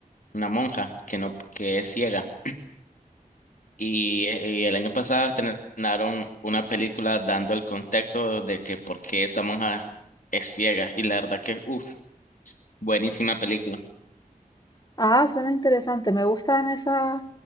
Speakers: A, on the left (about 65°); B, on the left (about 25°).
A: una monja que no, que es ciega. Y, y el año pasado estrenaron una película dando el contexto de que por qué esa monja es ciega. Y la verdad que, uff, buenísima película.
B: Ah, suena interesante. Me gustan esas,